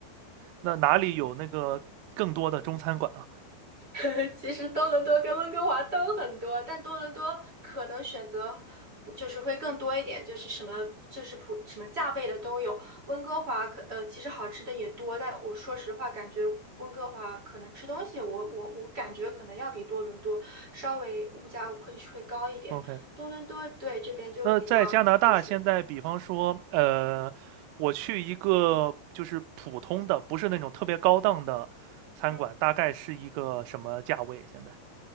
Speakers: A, on the right (about 90°); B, on the right (about 15°).
A: 那哪里有那个更多的中餐馆啊
B: 嗯。<laughs> 其实多伦多跟温哥华都很多，但多伦多可能选择就是会更多一点，就是什么就是普什么价位的都有。温哥华可呃其实好吃的也多，但我说实话感觉温哥华可能吃东西我我我感觉可能要比多伦多稍微物价会会高一点。
A: ？OK，
B: 多伦多对这边就比较就是
A: 那在加拿大现在，比方说，呃，我去一个就是普通的，不是那种特别高档的餐馆，
B: 嗯
A: 大概是一个什么价位？现在？